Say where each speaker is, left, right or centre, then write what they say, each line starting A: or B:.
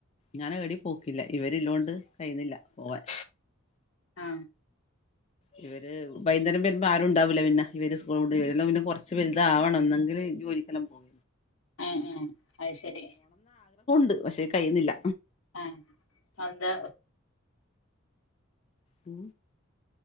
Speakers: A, on the left; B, on the left.
A: ഞാന കടി പോക്കില്ല ഇവരില്ലോണ്ട് കഴുന്നില്ല പോവാൻ.
B: മ്
A: ഇവര് ഭൈങ്കരം വരുമ്പോ ആരുംണ്ടാവൂില്ല പിന്നെ ഇവര് സ്കൂളണ്ട് ഇവരെല്ലാംന്നെ കൊറച്ച് വലുത ആവണംന്നെങ്കിൽ- ജോലിക്കല പോവ.
B: ഏ ഏ അത് ശരി.
A: അ പക്ഷേ കഴിയുന്നില്ല.
B: ആഹ് അന്താ?
A: മ്